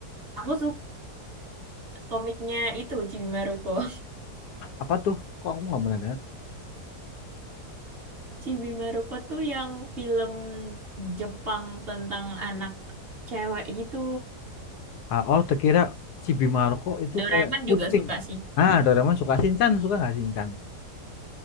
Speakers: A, on the right (about 35°); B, on the left (about 75°).
A: Aku suka komiknya itu Chibi Maruko. <laughs>
B: apa tuh kok aku nggak pernah dengar
A: Chibi Maruko tuh yang film Jepang tentang anak cewek gitu.
B: Ah, oh terkira si Bimarco itu
A: Doraemon
B: kayak kucing
A: juga suka sih.
B: ah Doraemon suka Shinchan suka nggak Shinchan